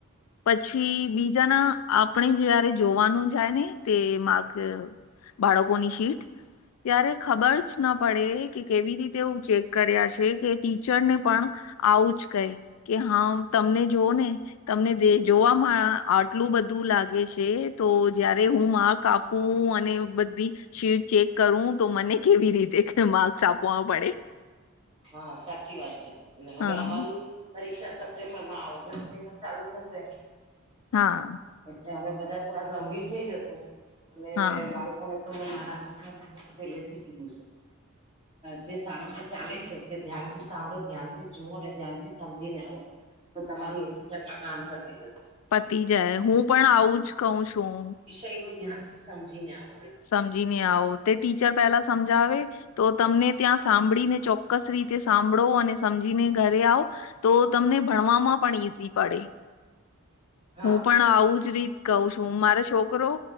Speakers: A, on the left (about 70°); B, on the right (about 25°).
A: પછી બીજાના આપણે જયારે જોવાનું જાય ને તે માક બાડોકોની શીટ ત્યારે ખબર જ ના પડે કે કેવી રીતે એ ચેક કર્યા છે કે ટીચરને પણ આવું જ કઈ કે હા તમને જોવ ને તમને જોવાવામાં આટલું બધું લાગે છે તો જયારે હું મા કાપવું અને બધી શીટ ચેક કરવું તો મને કેવી રીતે માર્ક્સ આપવા પડે
B: હા સાચી વાત છે અને હવે
A: હા
B: અમારી પરીક્ષા સપ્ટેમ્બર માં ઓગસ્ટ મહિનો ચાલુ થશે
A: હા
B: એટલે હવે બધા થોડા ગંભીર થઈ જશુ અને
A: હા
B: બાળકોને તો મેં મારા દીકરા દીરા પહેલેથી કીધું છે જે શાળામાં ચાલે છે તે ધ્યાન થી સાંભળો ધ્યાન થી જુઓ ને ધ્યાન થી સમજીને આવો તો તમારું એસી ટકા કામ પતી જશે
A: પતિ જાય હું પણ આવું જ કઉ છું
B: એનું ધ્યાનથી સમજીને આવ
A: સમજીીને આઓ તે ટીચર પહેલા સમજાવે તો તમને ત્યાં સાંભળીને ચોક્કસ રીતે સાંભળો અને સમજીને ઘરે આવો તો તમને ભણવામાં પણ ઈઝી પડે
B: હા
A: હું પણ આવું જ રીત કહું છું મારા છોકરો